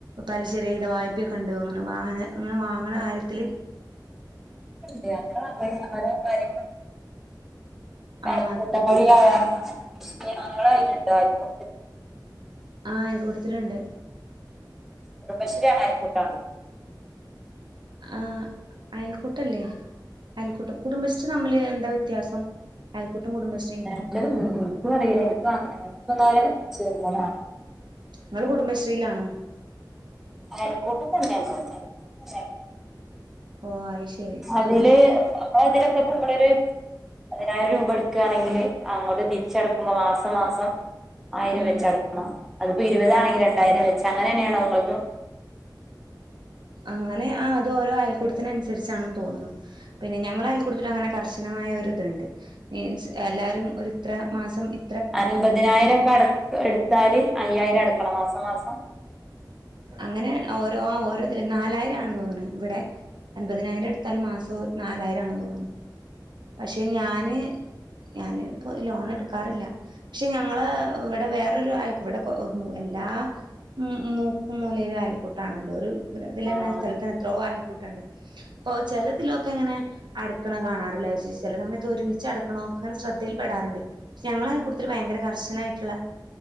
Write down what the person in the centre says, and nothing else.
നമ്മള് ആ ഓരോ കാര്യങ്ങള്
അയൽ
കൂട്ട <unintelligible> ആയാലും നമ്മുടെ കയ്യിൽ ഇണ്ടായിരുന്നു ആയിക്കോട്ട
കുടുംബശ്രീയാണ് അയൽക്കുട്ടാണ്‌.
<unintelligible> ഇൻക്ക് അറീല. ഇനിക്ക് ഇഷ്ടല്ലാതെ ചേർന്നതാണ്.
അയൽക്കൂട്ടം തന്നേണ് അയൽക്കൂട്ടും തന്നെയ
അതില് നമ്മള് അതിലൊക്കെ ഇട്ട്ള്ളൊരു. പതിനായിരം രൂപ ഇട്ക്കാണെങ്കില് അങ്ങോട്ട് തിരിച്ചടുക്കുമ്പം മാസം മാസം. ആയിരം
വെച്ച് അടക്കണം. അത്പ്പം ഇരുപതാണെങ്കിൽ
രണ്ടായിരം വെച്ച് അങ്ങനെന്നേയാണോ ഇങ്ങൾതും.
അൻപതിനായിരം ഒക്കെ അ എടുത്താല് അയ്യായിരം അടക്കണം മാസം മാസം.
ആ